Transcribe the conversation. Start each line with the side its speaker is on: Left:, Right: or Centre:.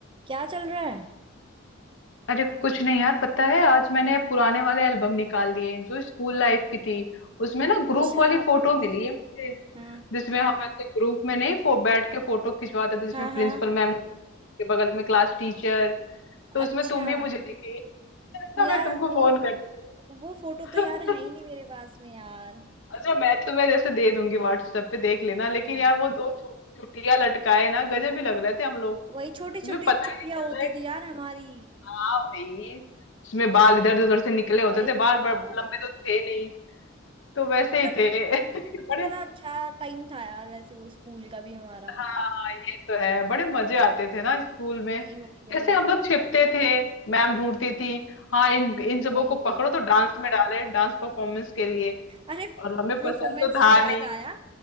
Right: क्या चल रहा है
Left: अरे कुछ नहीं यार पता है आज मैंने पुराने वाले एल्बम निकाल लिए जो स्कूल लाइफ की थी उसमें ना
Right: अच्छा
Left: ग्रुप वाली फोटो मिली है मुझे
Right: हाँ
Left: जिसमें हम ऐसे ग्रुप में नहीं फो, बैठ के फोटो खिंचवाते थे जिसमें
Right: हाँ
Left: प्रिंसिपल
Right: हाँ
Left: मैम के बगल में क्लास टीचर तो
Right: अच्छा
Left: उसमें तुम भी मुझे दिखी मैंने कहा
Right: यार
Left: मैं तुमको
Right: वो
Left: फोन करती
Right: वो फोटो
Left: हूँ
Right: तो यार
Left: <laughs>
Right: है ही नहीं मेरे पास में यार
Left: अच्छा मैं तुम्हें जैसे दे दूंगी व्हाट्सएप पे देख लेना
Right: हाँ
Left: लेकिन यार वो दो चु, चुटिया लटकाए ना गजब ही लग रहे थे हम लोग
Right: वही छोटी छोटी
Left: उसमें पता
Right: छुट्टियां
Left: ही नहीं चल
Right: होती
Left: रहा है
Right: थी यार हमारी
Left: हाँ भाई उसमें बाल इधर उधर से निकले होते
Right: वही
Left: थे बाल
Right: यार
Left: बड़ लंबे तो थे नहीं तो
Right: मतलब
Left: वैसे ही थे <laughs> बड़े
Right: कितना अच्छा टाइम था यार वैसे वो स्कूल का भी हमारा
Left: हाँ ये तो है बड़े मजे आते थे ना स्कूल में
Right: वही वही वही
Left: कैसे हम लोग छिपते थे मैम ढूंढती थी हाँ इन इन सबों
Right: वही
Left: को
Right: वही
Left: पकड़ो तो डांस में डाले डांस परफॉर्मेंस के लिए
Right: अरे
Left: और हमें
Right: परफॉर्मेंस
Left: पसंद तो था
Right: से याद
Left: नहीं
Right: आया